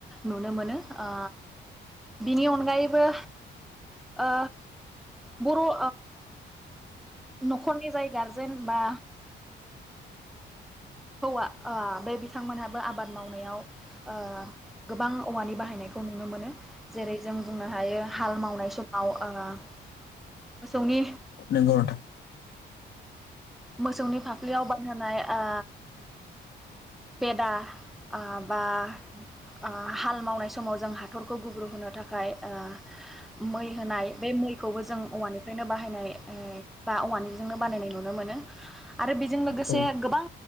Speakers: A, in the centre; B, on the left.
A: नुनो मोनो। ओ बिनि अनगायैबो ओ बर' ओ न'खरनि जाय गारजेन बा हौवा ओ बे बिथांमोनहाबो आबाद मावनायाव ओ गोबां औवानि बाहायनायखौ नुनो मोनो। जेरै जों बुंनो हायो हाल मावनाय समाव ओ मोसौनि
B: नोंगौ नोंथां।
A: मोसौनि फाफ्लियाव बानहोनाय ओ बेदा ओ बा ओ हाल मावनाय समाव जों हाथरखौ गुब्रु होनो थाखाय ओ मै होनाय बे मैखौबो जों औवानिफ्रायनो बाहायनाय बा औवानिजोंनो बानायनाय नुनो मोनो। आरो बेजों लोगोसे
B: औ
A: गोबां